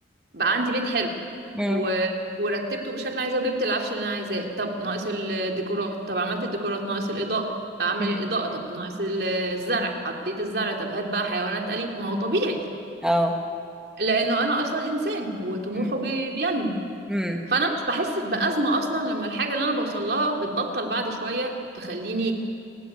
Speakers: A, on the right; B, in the centre.
A: بقى عندي بيت حلو
B: امم
A: و... ورتبته بالشكل اللي عايزاه وجبت العفش اللي انا عايزاه طب ناقص الديكورات طب عملت الديكورات ناقص الاضاءه اعمل
B: امم
A: الاضاءه طب ناقص ال- الزرع حطيت الزرع طب هات بقى حيوانات اليفه ما هو طبيعي
B: اه
A: لانه انا اصلا انسان وطموحه
B: امم
A: بي- بينمو
B: امم
A: فانا مش بحس بازمه اصلا لما الحاجه اللي انا بوصل لها بتبطل بعد شويه تخليني